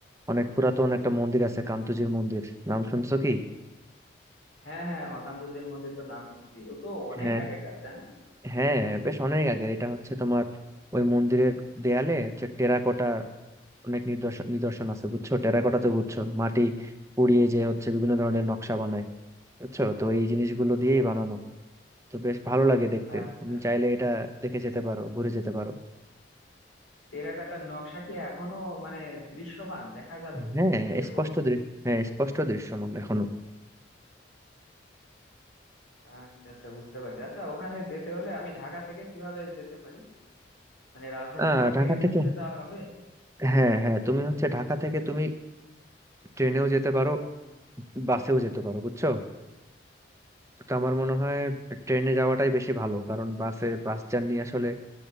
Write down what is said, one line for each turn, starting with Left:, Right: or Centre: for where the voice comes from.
Right: অনেক পুরাতন একটা মন্দির আছে কান্তজির মন্দির নাম শুনছো কি
Left: হ্যাঁ হ্যাঁ মাকান্তজির মন্দির তো নাম শুনছি ও তো অনেক
Right: হ্যাঁ
Left: আগেকার তাই না
Right: হ্যাঁ বেশ অনেক আগের এটা হচ্ছে তোমার ওই মন্দিরের দেয়ালে হচ্ছে টেরাকোটা অনেক নিদর্শন নিদর্শন আছে বুঝছো টেরাকোটা তো বুঝছো মাটি পুড়িয়ে যে হচ্ছে বিভিন্ন ধরনের নকশা বানায় বুঝছো তো এই জিনিসগুলো
Left: ও
Right: দিয়েই বানানো তো বেশ ভালো লাগে দেখতে
Left: আচ্ছা
Right: তুমি
Left: আচ্ছা
Right: চাইলে এটা দেখে যেতে পারো ঘুরে যেতে পারো
Left: টেরাকোটার নকশা কি এখনো মানে দৃশ্যমান দেখা যাবে
Right: হ্যাঁ
Left: এরকম
Right: স্পষ্ট দৃশ্য হ্যাঁ স্পষ্ট দৃশ্যমান এখনো
Left: আচ্ছা আচ্ছা বুঝতে পারছি আচ্ছা ওখানে যেতে হলে আমি ঢাকা থেকে কিভাবে যেতে পারি মানে রাজধানী
Right: আহ
Left: শহর
Right: ঢাকা
Left: থেকে তো
Right: থেকে
Left: আসলে যাওয়া হবে
Right: হ্যাঁ হ্যাঁ তুমি হচ্ছে ঢাকা থেকে তুমি ট্রেনেও যেতে পারো বাসেও যেতে পারো বুঝছো তো আমার মনে হয় ট্রেনে
Left: আচ্ছা
Right: যাওয়াটাই
Left: আচ্ছা
Right: বেশি ভালো কারণ বাসে বাস জার্নি আসলে